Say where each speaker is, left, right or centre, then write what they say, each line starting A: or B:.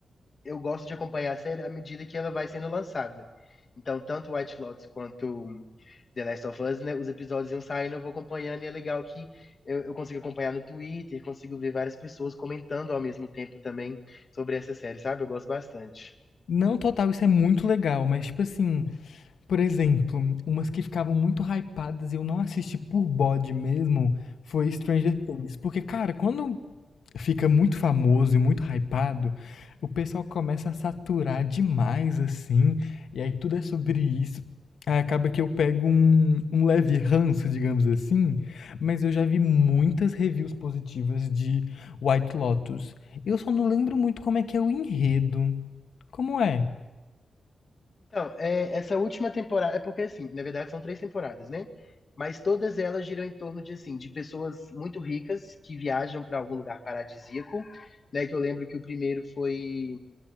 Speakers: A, on the left; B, on the left.
A: eu gosto de acompanhar a série à medida que ela vai sendo lançada. Então, tanto White Lotus quanto The Last of Us, né, os episódios iam saindo, eu vou acompanhando, e é legal que eu, eu consigo acompanhar no Twitter, consigo ver várias pessoas comentando ao mesmo tempo também sobre essa série, sabe? Eu gosto bastante.
B: Não, total, isso é muito legal, mas tipo assim, por exemplo, umas que ficavam muito hypadas e eu não assisti por bode mesmo foi Stranger Things. Porque, cara, quando fica muito famoso e muito hypado, o pessoal começa a saturar demais, assim, e aí tudo é sobre isso. Aí acaba que eu pego um, um leve ranço, digamos assim, mas eu já vi muitas reviews positivas de White Lotus. Eu só não lembro muito como é que é o enredo. Como é?
A: Então, é, essa última temporada, é porque assim, na verdade são três temporadas, né? Mas todas elas giram em torno de assim, de pessoas muito ricas que viajam para algum lugar paradisíaco, né? Que eu lembro que o primeiro foi